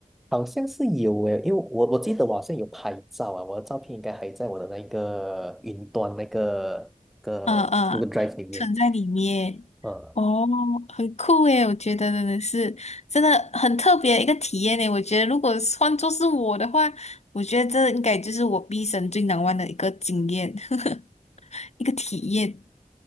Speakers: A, in the centre; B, on the left.
A: 好像是有诶，因为我我记得我好像有拍照啊，我的照片应该还在我的那个云端那个那个
B: 嗯嗯，
A: Google Drive 里面。
B: 存在里面，
A: 呃，
B: 哦，很酷诶，我觉得真的是真的很特别的一个体验诶。我觉得如果是换做是我的话，我觉得这应该就是我毕生最难忘的一个经验，<laughs> 一个体验。